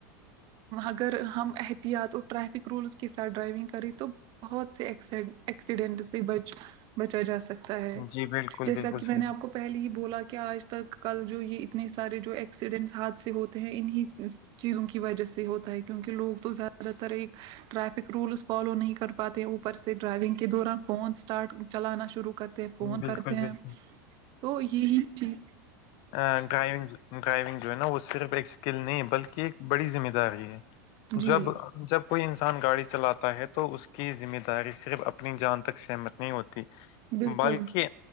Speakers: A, on the right; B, on the left.
A: اگر ہم احتیاط اور ٹریفک رولس کے ساتھ ڈرائیونگ کریں تو بہت سے ایسیڈینٹ سے ب بچا جا سکتا ہے
B: جی، بالکل،
A: جیسا
B: بالکل
A: کہ میں
B: صحیح
A: نے آپ کو پہلے ہی بولا کہ آج تک کل جو یہ اتنے سارے جو ایکسیڈنٹس ہاتھ سے ہوتے ہیں انہیں چیزوں کی وجہ سے ہوتا ہے کیونکہ لوگ تو زیادہ تر ایک ٹریفک رولس فالو نہیں کر پاتے اوپر سے ڈرائیونگ کے دوران فونس اسٹارٹ چلانا شروع کرتے ہیں فون
B: بالکل،
A: کرتے
B: بالکل۔
A: ہیں تو یہی چیز
B: ہ گائینس <unintelligible> ڈرائیونگ جو ہے نا وہ صرف ایک اسکل نہیں ہے بلکہ ایک بڑی ذمہ داری ہے
A: جی
B: جب جب کوئی انسان گاڑی چلاتا ہے تو اس کی ذمہ داری صرف اپنی جان تک سہمت نہیں ہوتی
A: بالکل
B: بلکہ